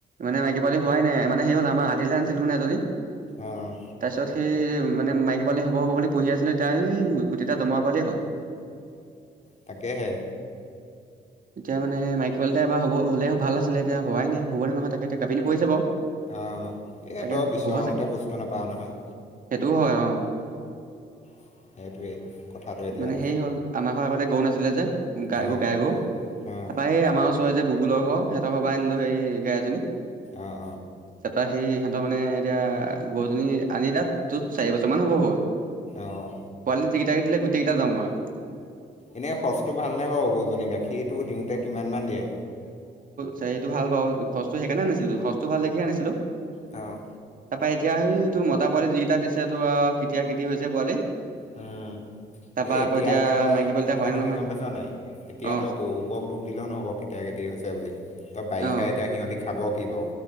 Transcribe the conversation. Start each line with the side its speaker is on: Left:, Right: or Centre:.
Right: মানে মাইকী পোৱালী হোৱাই নাই, মানে সেই হ'ল আমাৰ আধিলৈ আনিছিলো, মানে এজনী
Left: অঁ।
Right: তাৰ পিছত সেই মানে মাইকী পাল হ'ব, হ'ব বুলি পুহি আছিলো, এতিয়া এই তেতিয়া দমৰা পালে হ'ল
Left: তাকেহে
Right: এতিয়া মান মাইকিৱল এটা এবাৰ হব হলে ভালছিলে এতিয়া হোৱাই নে হ'ব নহয় তাকে এতি কপিনী পৰি কৰিছে বাৰু
Left: আহ এই
Right: তাকে
Left: তই বিচৰা
Right: হ'ব চাগে
Left: মতে বস্তু নাপাও নহয়
Right: সেইটোও হয় অ',
Left: <inaudible> এতিয়া।
Right: মানে সেই হ'ল আমাৰৰ আগতে গৰু নাছিলে যে গাই
Left: গাত
Right: গ গাই গৰু তাৰাপৰা
Left: গ'ল। অ',
Right: এই আমাৰ ওচৰ যে বুবুলৰ ঘৰ সিহঁতৰ ঘৰ পৰা আনিলো সেই গাই এজনী-
Left: অ',
Right: ত ত সেই সিহঁতৰ মানে এতিয়া গৰুজনী আনি তাত তোৰ চাৰি বছৰমানান হ'ব হ'ল
Left: অ',
Right: পোৱালি য কেইটা কেই দিলে গোটেই কেইটা দমৰা
Left: এনেই সচটো ভালনোই বাৰু গৌজনী গাখীৰটো দিওঁতে কিমান মান দিয়ে?
Right: সেইটো ভাল বু সচো সেইকাৰণে আনিছিলো সচ্তো ভাল দেখিয়ে আনিছিলো
Left: অ',
Right: তাৰ পৰা এতিয়া স তোৰ মতা পোৱালি যিকেইটা দিছে তোৰ কেতিয়া কেতি হৈছে পোৱালি
Left: উম,
Right: তাৰপা
Left: এ
Right: আকৌ
Left: এতিয়া তই
Right: মাইকী পোৱালি
Left: কথাটো
Right: এটা হয় নে নহয়
Left: কি গম পাইছ নাই এতিয়া
Right: অ
Left: তই গৌৰুবক দুখ দিলেও নহব কেতিয়া কেতিয়া হৈছে বুলি ত বাৰিষা
Right: অ
Left: এতিয়া সিহঁতি খাব বাৰু